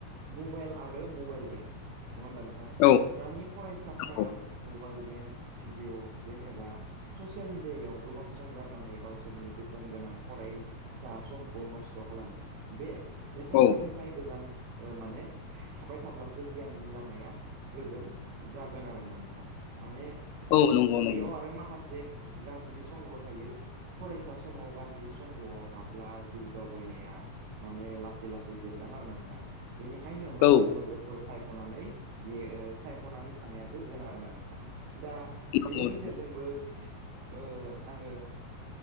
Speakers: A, on the right; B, on the left.
A: मबाइल आरो मबाइल गेम नङा होमब्ला नोंथां
B: औ
A: दानि फरायसाफोरा
B: नंगौ
A: मबाइल गेम, भिडिअ गेम एबा ससियेल मिडियायाव गोबां सम गारनानै गावसोरनि बेसेन गोनां फरायसा समखौ नस्थ खालामो। बे बेसादफोरनिफ्राय
B: औ
A: गोजान ओ माने थाबाय थाब्लासो गियाननि लामाया गोजों जागोन आरो ना नोंथां। माने।
B: औ नंगौ
A: बेयाव
B: नंगौ
A: आरो माखासे। गाज्रि संग थायो फरायसा समाव गाज्रि संगआव हाबब्ला जिउ दावबायनाया माने लासै-लासै जोबलां आरो ना नोंथां। बेनिखायनो मोजां
B: औ
A: लोगोफोर सायख' सायखनानै बे सायखनानै थानायाबो गोनां आरो ना नोंथां दा।
B: नंगौ
A: बेनि
B: नंगौ
A: गेजेरजोंबो। ओ आङो